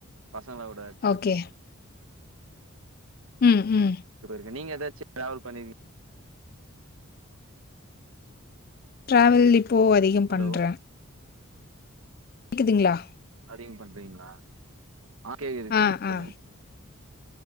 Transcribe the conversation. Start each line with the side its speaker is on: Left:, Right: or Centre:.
Right: பசங்களோட ட்ரிப்
Left: ஓகே ம் ம்
Right: இதல நீங்க ஏதாச்சி டிராவல் பண்ணிருக்கீங
Left: ட்ராவல் இப்போ அதிகம்
Right: ஹலோ
Left: பண்ற கேக்குதுங்ளா
Right: அதிகம் பண்றீங்ளா அ கேக்குது கேக்குது
Left: ஆ
Right: சொல்லுங்க
Left: ஆ